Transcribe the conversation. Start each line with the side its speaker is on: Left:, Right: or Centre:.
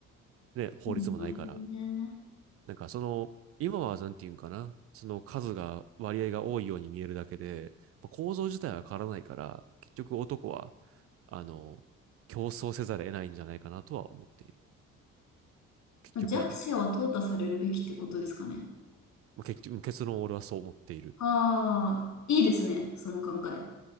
Right: ね、法律もないから。
Left: うんなるほどね。
Right: なんかその、今はなんていうんかな、その数が、割合が多いように見えるだけで、まあ構造自体は変わらないから、結局男は、あの、競争せざるを得ないんじゃないかなとは思っている。結局はね。
Left: まあ弱者は淘汰されるべきってことですかね。
Right: まあ、結局、結論俺はそう思っている。
Left: ああ、いいですね、その考え。